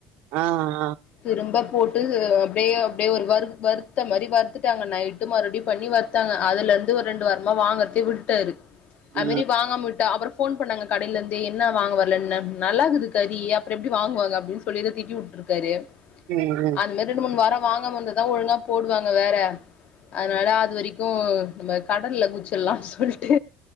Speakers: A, on the right; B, on the left.
A: ஆ ஆ
B: திரும்ப போட்டு அப்பிடியே அப்பிடியே ஒரு வருத் வருத்தமாரி வருத்துட்டாங்க நைட்டு மறுடி பண்ணி வருத் த்தாங்க அதுலருந்து ஒரு ரெண்டு வாரமா வாங்கறதே விட்டுட்டாரு அதுமேரி
A: ம்
B: வாங்காம விட்டா அப்பறம் ஃபோன் பண்ணாங்க கடையிலந்து என்னா வாங்க வரலன் நல் நல்லாக்குது கறி அப்புறம் எப்பிடி வாங்குவாங்க அப்டின் சொல்லி எதோ திட்டிவுட்டு ட்டாரு
A: ம்
B: அந்தமார் ரெண்டு மூணு வாரம் வாங்காமருந்தாதா ஒழுங்கா போடுவாங்க வேற அதனால அதுவரைக்கூ நம்ம கடல்ல குதுச்சல்லான் சொல்ட்டு